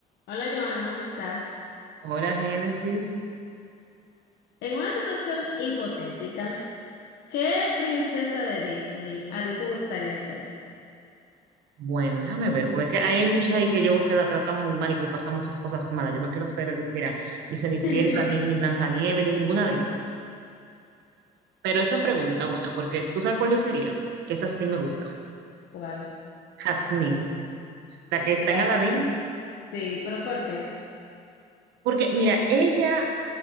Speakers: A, on the left; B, on the right.
A: Hola Joana, ¿cómo estás?
B: Hola, Génesis.
A: En una situación hipotética, ¿qué princesa de Disney a ti te gustaría ser?
B: Bueno, déjame ver, porque es que hay muchas ahí que yo veo que la tratan muy mal y que le pasan muchas cosas malas. Yo no quiero ser, mira, ni Cenicienta,
A: <laughs>
B: ni, ni Blancanieves, ni ninguna de esas. Pero esa pregunta está buena, porque tú sabes cuál yo sería, que esa sí me gusta.
A: ¿Cuál?
B: Jasmine, la que está
A: La
B: en Aladdin.
A: de- Sí, pero ¿por qué?
B: Porque, mira, ella,